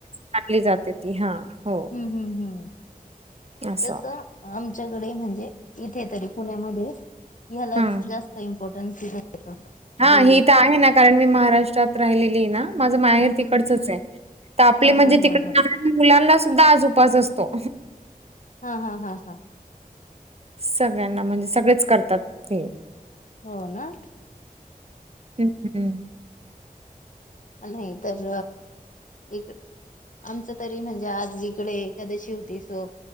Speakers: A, on the right; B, on the left.
A: पाळली जाते ती हा हो.
B: हम्म हम्म हम्
A: असं.
B: तस. आमच्याकडे म्हणजे इथे तरी पुण्यामध्ये ह्यालाच
A: हां.
B: जास्त इं इम्पॉर्टन्स दिला जातो.
A: हा
B: जी
A: ही त आहे ना कारण मी महाराष्ट्रात राहिलेलीय ना माझं माहेर
B: हम्म.
A: तिकडचंचे. त आपली
B: हा
A: म्हणजे
B: हा
A: तिकडं
B: हा हा.
A: <unintelligible> मुलांना सुद्धा आज उपास असतो.
B: हा हा हा हा
A: सगळ्यांना म्हणजे सगळेच करतात ते.
B: हो ना
A: हम्म हम्म.
B: अं न्हाय तर इक आमचं तरी म्हणजे आज इकडे एकादशी होती सो